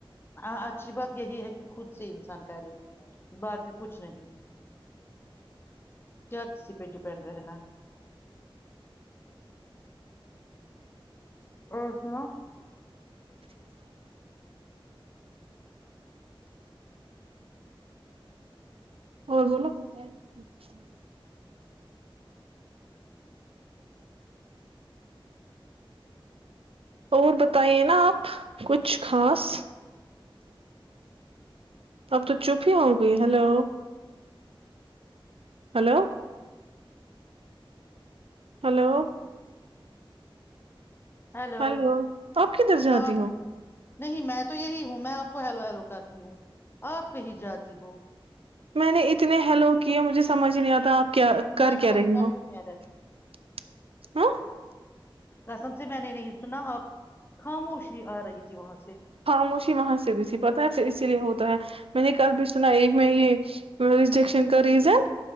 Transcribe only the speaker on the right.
ج <inaudible> اور بولو <unintelligible> اور بتائیے نا آپ کچھ خاص اب تو چپ ہی ہو گئی hello hello hello
hello آپ کدھر جاتی
ہو
میں نے اتنے ہیلو کیے مجھے سمجھ نہیں آتا آپ کیا کر
کیا رہی
ہووں
<unintelligible> ہاں <unintelligible>
خاموشی وہاں سے گئی تھی پت ہے اس اسی لیے ہوتا ہے میں نے کل بھی سنا ایک میں یہ ج <unintelligible> ریجیکشن کا ریزن